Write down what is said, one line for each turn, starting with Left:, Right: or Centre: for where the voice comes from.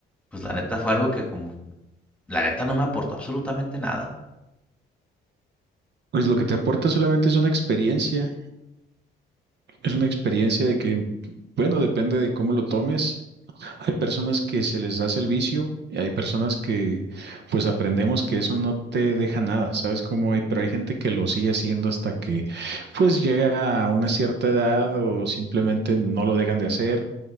Centre: pues la neta fue algo que como, la neta no me aportó absolutamente nada.
Right: Pues lo que te aporta solamente es una experiencia, es una experiencia de que, bueno, depende de cómo lo tomes, Hay personas que se les hace el vicio y hay personas que pues aprendemos que eso no te deja nada, ¿sabes cómo hay? Pero hay gente que lo sigue haciendo hasta que pues llega a una cierta edad o simplemente no lo dejan de hacer